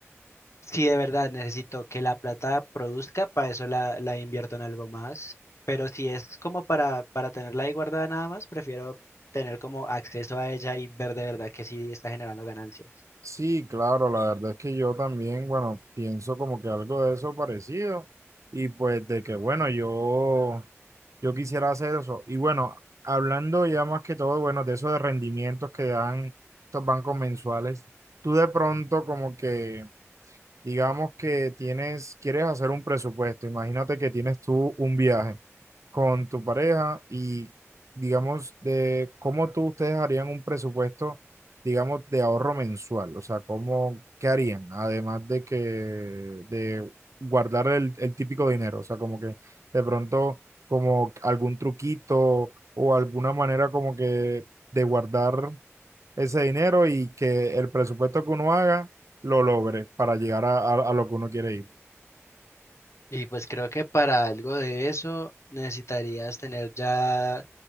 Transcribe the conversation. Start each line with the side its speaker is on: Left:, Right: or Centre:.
Left: Sí, de verdad, necesito que la plata produzca, para eso la, la invierto en algo más. Pero si es como para, para tenerla ahí guardada nada más, prefiero tener como acceso a ella y ver de verdad que sí está generando ganancias.
Right: Sí, claro, la verdad es que yo también, bueno, pienso como que algo de eso parecido y pues de que, bueno, yo, yo quisiera hacer eso. Y bueno, hablando ya más que todo, bueno, de eso de rendimientos que dan estos bancos mensuales, tú de pronto como que, digamos que tienes, quieres hacer un presupuesto, imagínate que tienes tú un viaje. con tu pareja y, digamos, de cómo tú ustedes harían un presupuesto, digamos, de ahorro mensual, o sea, cómo, qué harían, además de que, de guardar el, el típico dinero, o sea, como que de pronto, como algún truquito o alguna manera como que de guardar ese dinero y que el presupuesto que uno haga lo logre para llegar a, a- a lo que uno quiere ir,
Left: Y pues creo que para algo de eso necesitarías tener ya